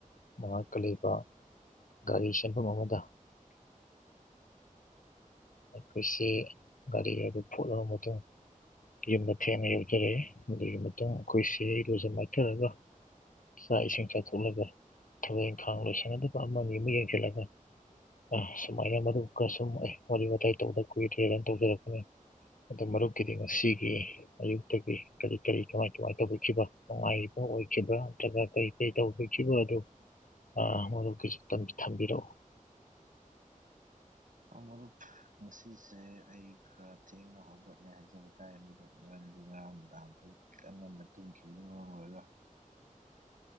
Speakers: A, on the left; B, on the right.
A: ꯃꯥꯉꯀ ꯂꯩꯕ ꯒꯥꯔꯤ ꯆꯦꯟꯐꯝ ꯑꯃꯗ ꯑꯩꯈꯣꯏꯁꯦ ꯒꯥꯔꯤ ꯍꯥꯏꯕ ꯐꯨꯠꯂꯕ ꯃꯇꯨꯡ ꯌꯨꯝꯗ ꯊꯦꯡꯅ ꯌꯧꯖꯔꯛꯑꯦ ꯑꯗꯨꯒꯤ ꯃꯇꯨꯡ ꯑꯩꯈꯣꯏꯁꯦ ꯏꯔꯨꯖ ꯃꯥꯏꯊꯔꯒ ꯆꯥꯛ ꯏꯁꯤꯡ ꯆꯥꯊꯣꯛꯂꯒ ꯊꯕꯛ ꯏꯪꯈꯥꯡ ꯂꯣꯏꯁꯟꯒꯗꯕ ꯑꯃ ꯑꯃ ꯌꯦꯡꯁꯤꯜꯂꯒ ꯑꯥ ꯁꯨꯃꯥꯏꯅ ꯃꯔꯨꯞ ꯈꯔ ꯁꯨꯝ ꯑꯩ ꯋꯥꯔꯤ ꯋꯥꯇꯥꯏ ꯇꯧꯗ ꯀꯨꯏꯔꯦꯅ ꯇꯧꯖꯔꯛꯄꯅꯤ ꯑꯗꯨ ꯃꯔꯨꯞꯀꯤꯗꯤ ꯉꯁꯤꯒꯤ ꯑꯌꯨꯛꯇꯒꯤ ꯀꯔꯤ ꯀꯔꯤ ꯀꯃꯥꯏ ꯀꯃꯥꯏ ꯇꯧꯕꯤꯈꯤꯕ ꯅꯨꯡꯉꯥꯏꯔꯤꯕꯣ ꯑꯣꯏꯈꯤꯕ꯭ꯔꯥ ꯅꯠꯇ꯭ꯔꯒ ꯀꯩ ꯀꯔꯤ ꯇꯧꯕꯤꯈꯤꯕ ꯑꯗꯨ ꯑꯥ ꯃꯔꯨꯞꯀꯤꯁꯨ ꯇꯝ ꯊꯝꯕꯤꯔꯛꯎ
B: ꯃꯔꯨꯞ ꯉꯁꯤꯁꯦ ꯑꯩꯒ ꯊꯦꯡꯅ ꯍꯧꯒꯠꯂꯦ ꯍꯥꯏꯖꯕ ꯇꯥꯔꯦ ꯃꯗꯨ ꯃꯔꯝꯗꯤ ꯉꯔꯥꯡ ꯅꯨꯡꯗꯥꯡꯗꯨꯣ ꯈꯤꯇꯪ ꯉꯟꯅ ꯇꯨꯝꯈꯤꯕꯅ ꯃꯔꯝ ꯑꯣꯏꯔ <unintelligible>